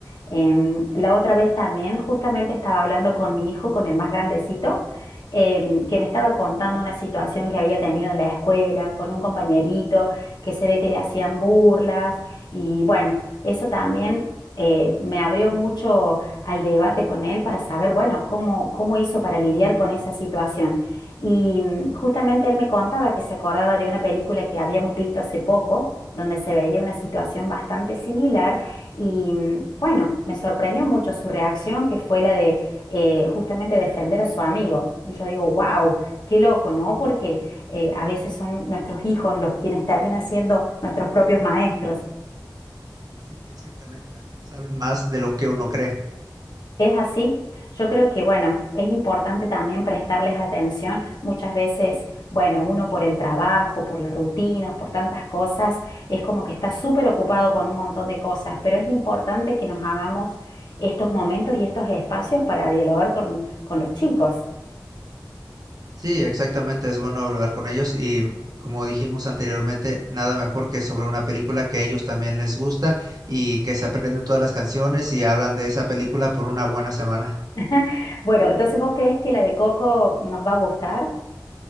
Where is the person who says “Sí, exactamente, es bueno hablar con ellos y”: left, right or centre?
Right